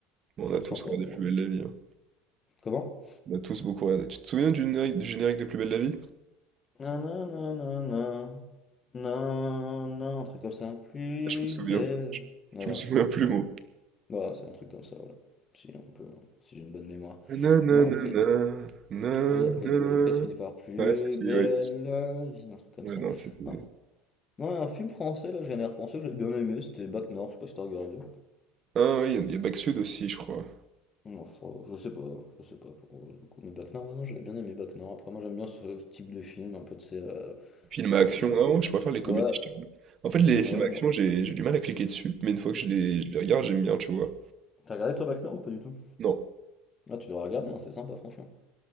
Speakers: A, on the right; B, on the left.
A: Bon,
B: C'était
A: on a tous
B: sympa,
A: regardé
B: bon.
A: Plus
B: après.
A: belle la vie. hein.
B: Comment?
A: On a tous beaucoup regardé. Tu te souviens du générique, du générique de Plus belle la vie?
B: Nananana, nanan, un truc comme ça. Plus
A: Ah, Je me souviens.
B: belle. Ah
A: Je
B: ouais,
A: me
B: un
A: souviens
B: truc comme
A: plus,
B: ça, ouais.
A: moi.
B: Voilà, c'est un truc comme ça, voilà. Si on peut, si j'ai une bonne mémoire.
A: Nananana,
B: Non, après,
A: nanana.
B: ah oui, après, il dit- après, ça finit par plus
A: Ouais, si, si,
B: belle
A: oui.
B: la vie, un truc comme
A: Ouais,
B: ça.
A: non, c'était...
B: Non, Ouais, un film français, là, je viens d'y repenser, j'avais bien aimé, c'était Bac Nord, je sais pas si t'as regardé.
A: Ah oui, il y a Back Sud aussi, je crois.
B: Non, je, crois- je sais pas, je sais pas pour le coup, mais Bac Nord, ouais, non, j'avais bien aimé Bac Nord. Après, moi, j'aime bien ce type de film, un peu de ces. euh,
A: Film à action,
B: un peu.
A: non, moi je préfère les comédies.
B: Ouais,
A: je t'avoue. En fait, les
B: ouais,
A: films
B: non,
A: à action,
B: moi.
A: j'ai j'ai du mal à cliquer dessus, mais une fois que je les, je les regarde, j'aime bien, tu vois.
B: T'as regardé toi Bac Nord ou pas du tout?
A: Non.
B: Ah, tu dois regarder, hein, c'est sympa, franchement.